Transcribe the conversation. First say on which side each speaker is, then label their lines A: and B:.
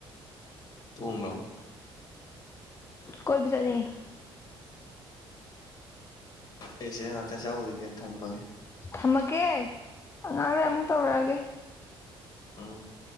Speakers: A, on the left (about 40°); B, on the left (about 25°).
A: ꯇꯣꯡꯂꯥꯎ
B: ꯀꯣꯕ ꯆꯠꯅꯤꯡꯉꯦ
A: ꯑꯩꯁꯦ ꯁꯤ ꯉꯥꯛꯇ ꯆꯧꯒꯤꯒꯦ ꯊꯝꯃꯒꯦ
B: ꯊꯝꯃꯒꯦ ꯉꯥꯍꯛ ꯂꯩꯔꯒ ꯑꯃꯨꯛ ꯇꯧꯔꯛꯑꯒꯦ
A: ꯎꯝ